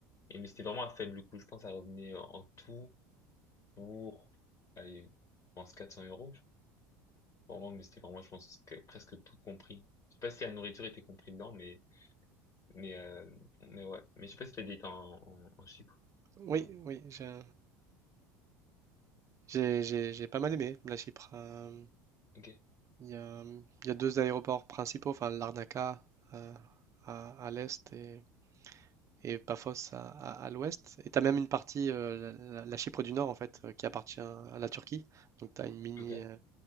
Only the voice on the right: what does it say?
Oui,
oui, j'ai j'ai- j'ai- j'ai pas mal aimé la Chypre. euh,
Il y a, il y a deux aéroports principaux, enfin Larnaca euh, à, à l'est et, et Paphos à, à- à l'ouest. Et tu as même une partie, euh, la, la Chypre du Nord en fait, euh, qui appartient à la Turquie. Donc tu as une mini,
euh,